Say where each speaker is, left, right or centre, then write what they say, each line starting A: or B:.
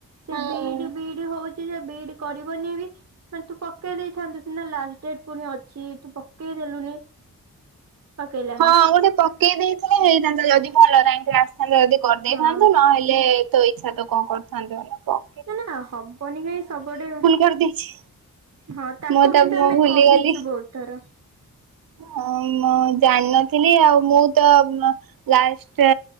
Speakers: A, on the right; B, on the right.
A: ହୁଁ।
B: ସେ ବି ଇ D B E D D ହଉଛି ଯେ ବି ଇ ଡି କରିବନି ବି। ମାନେ ତୁ ପକେଇ ଦେଇଥାନ୍ତୁ ସିନା ଲାଷ୍ଟ ଡେଟ୍ ପୁଣି ଅଛି ତୁ ପକେଇ ଦେଲୁନି। ପକେଇଲାନି
A: ହଁ ଗୋଟେ ପକେଇ ଦେଇଥିଲେ ହେଇଥାନ୍ତା ଯଦି ଭଲ ଟାଇମ୍ ରେ ଆସିଥାନ୍ତା ଯଦି କରିଦେଇଥାନ୍ତୁ।
B: ହଁ
A: ନହେଲେ ତ ଇଚ୍ଛା ତ କଣ କରୁଥାନ୍ତୁ ଲୋକ
B: ନା ନା ହବନି କାଇଁ ସବୁଆଡେ।
A: କରିଦେଇଛି
B: ହଁ ତାକୁ
A: ମୁଁ ତ
B: କିନ୍ତୁ
A: ମୁଁ
B: ଆମେ
A: ଭୁଲିଗଲି
B: କହିଛୁ ବହୁତ ଥର।
A: ହ ଇ ମୁଁ ଜାଣିନଥିଲି ଆଉ ମୁଁ ତ ଲା ଲାଷ୍ଟ